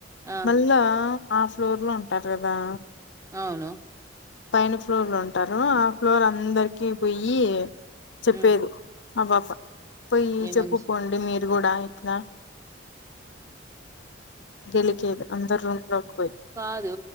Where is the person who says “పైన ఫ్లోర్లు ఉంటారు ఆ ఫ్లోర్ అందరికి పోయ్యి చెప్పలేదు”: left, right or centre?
Left